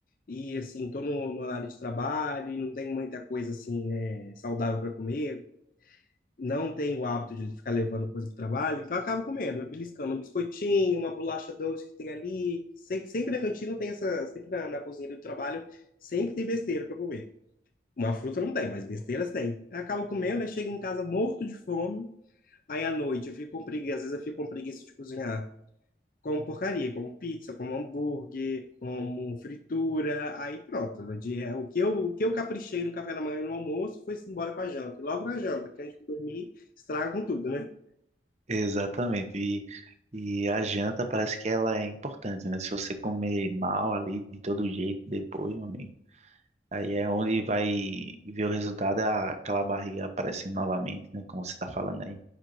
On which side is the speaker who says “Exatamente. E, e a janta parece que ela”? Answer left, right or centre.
Right